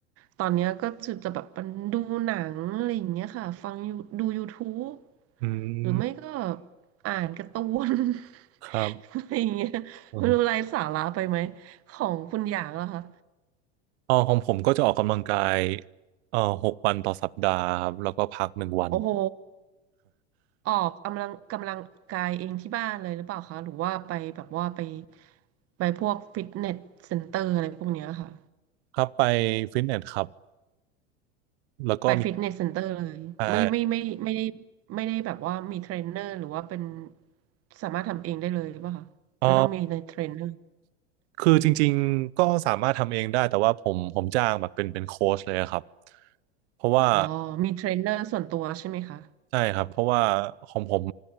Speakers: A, on the right; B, on the right.
A: ตอนเนี้ยก็จะจะแบบมันดูหนังอะไรอย่างเงี้ยค่ะฟังยูดู YouTube
B: อืม
A: หรือไม่ก็อ่านการ์ตูน <laughs>
B: ครับ
A: อะไรอย่างเงี้ยไม่รู้ไร้สาระไปไหม
B: อม
A: ของคุณอย่างเหรอคะ
B: อ๋อของผมก็จะออกกำลังกายเอ่อหกวันต่อสัปดาห์ครับแล้วก็พักหนึ่งวัน
A: โอ้โหออกกำลังกำลังกายเองที่บ้านเลยหรือเปล่าคะหรือว่าไปแบบว่าไปไปพวกฟิตเนสเซ็นเตอร์อะไรพวกเนี้ยค่ะ
B: ครับไปฟิตเนสครับแล้วก็มี
A: ไปฟิตเนสเซ็นเตอร์เลยไม่ไม่ไม่ไม่ได้
B: เอ่อ
A: ไม่ได้แบบว่ามีเทรนเนอร์หรือว่าเป็นสามารถทำเองได้เลยหรือเปล่าคะไม่ต้องมีในเทรนเนอร์
B: เอ่อคือจริงๆก็สามารถทำเองได้แต่ว่าผมผมจ้างแบบเป็นเป็นโค้ชเลยครับเพราะว่า
A: อ๋อมีเทรนเนอร์ส่วนตัวใช่ไหมคะ
B: ใช่ครับเพราะว่าของผม